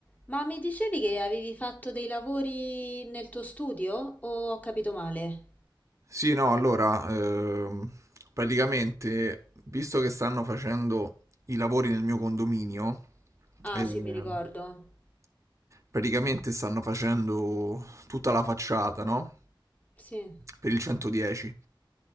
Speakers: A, on the left; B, on the right.
A: Ma mi dicevi che avevi fatto dei lavori nel tuo studio o ho capito male?
B: Sì, no, allora, ehm, praticamente, visto che stanno facendo i lavori nel mio condominio,
A: Ah,
B: ehm,
A: sì, mi ricordo.
B: praticamente stanno facendo tutta la facciata, no?
A: Sì.
B: Per il 110.